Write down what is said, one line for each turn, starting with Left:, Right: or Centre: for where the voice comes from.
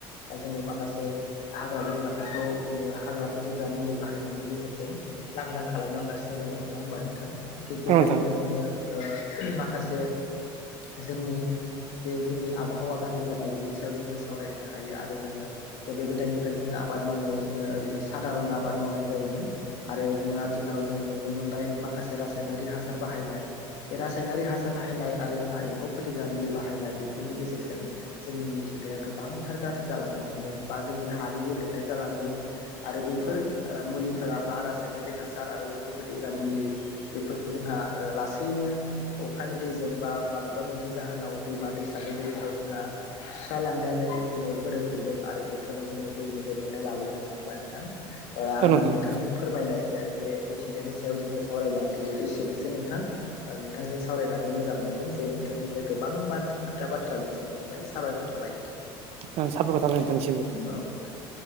Left: बा जोङो माखासे हाग्रा-बंग्राफोरखौ जोङो हाग्रा फोथैग्रा मुलि बाहायनायनि गेजेरजों लांदां खालामलांगासिनो दङ नङा होमबा नोंथां थिग
Right: औ
Left: बेबायदिनो
Right: नोंथां
Left: जोङो ओ उमह माखासे जोंनि बे जोंनि आबहावा गाज्रि जानाय बेनि सायाव जोङो सावरायनो हायो आरो जोङो गोदो गोदायनिफ्राय जोङो आबाद मावनायाव जोङो ओरैनो सादारन आबाद मावनाय जायोमोन। आरो जोङो आथिखालाव जोङो नुनो मोनबाय माखासे रासायनारिक हासार बाहायनाय। बे रासायनारि हासार बाहायनाय आरो जोंहा एम्फौ फोथैग्रा मुलि बाहायनाय बेफोरनि गेजेरजों जोंनि मिथिंगाया गोबांथार गाज्रि जालांनो हमदों बा जोंनि हानि गेब्रेनाय जालांदों। आरो बेफोर ओ मुलिफोरा बा रासायनारिक हासार आरो एम्फौ फोथैग्रा मुलि बेफोर जोंहा ओ लासैनो अखानि दैजों बा माबेबा मोनसे जाहोनाव दैमा दैसानि दैफोराव जोंहा सुस्रालां नानै जोङो गोरोब हैैदों आरो बेफोरनो जोंनि दैनि गेब्रेनाय लाबोनाय नङा होमबा नोंथां? ओ आङो
Right: औ नोंथां
Left: नोंथांजों फोरमायनाय जे मिथिंगानि सायाव जोङो सावरायनाय बियो एसेनोसै नोंथां। ओ नोंथांजों सावरायनानै मोजां मोनदों जे नोंथांनिफ्राय गोबां माथ खोथा बाथ्रा मिथिनो मोनबाय साबायखर थाबाय नों
Right: ओं साबायख'र थाबाय नोंथांनिसिमबो
Left: नोंथां